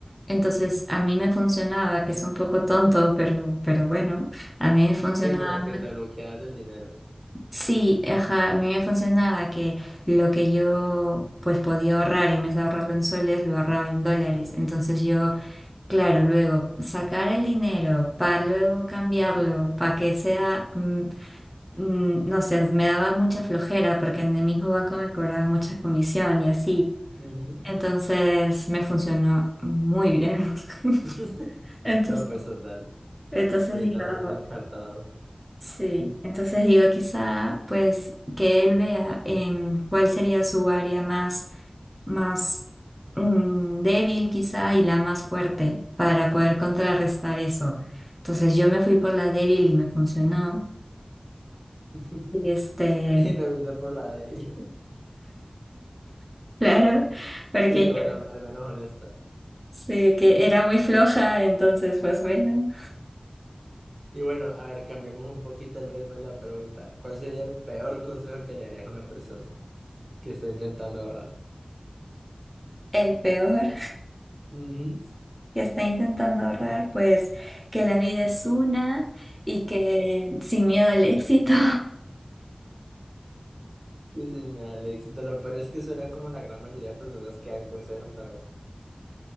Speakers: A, in the centre; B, on the right (about 50°).
A: Entonces, a mí me funcionaba, que es un poco tonto, pero, pero bueno, a mí me funcionaba
B: Y como
A: mu-
B: que te bloqueas del dinero.
A: Sí, ajá, a mí me funcionaba que lo que yo pues podía ahorrar en vez de ahorrarlo en soles, lo ahorraba en dólares. Entonces yo Claro, luego sacar el dinero para luego cambiarlo, para que sea, mm, mm, no sé, me daba mucha flojera porque en el mismo banco me cobraban mucha comisión y así.
B: Ujú.
A: Entonces me funcionó muy bien. <laughs>
B: <laughs>
A: Entonces,
B: No, pues total.
A: entonces
B: Ahorita
A: digo,
B: uno anda encartado.
A: sí, entonces digo, quizá pues que él vea em, cuál sería su área más más mm, débil quizá y la más fuerte para poder contrarrestar eso. Entonces yo me fui por la débil y me funcionó.
B: <laughs>
A: Y este,
B: Y te fuiste por la de ahí. <laughs>
A: <laughs> claro, porque
B: Y que
A: yo
B: bueno, al menos honesta.
A: sí, que era muy floja, entonces pues bueno,
B: Y bueno, a ver, cambiemos un poquito el ritmo de la pregunta. ¿Cuál sería el peor consejo que le harías a una persona que está intentando ahorrar?
A: el peor
B: Ujú,
A: que está intentando ahorrar, pues que la vida es una y que sin miedo al éxito,
B: Que si me da el éxito, lo peor es que suena como la gran mayoría de personas que dan consejos, ¿sabes?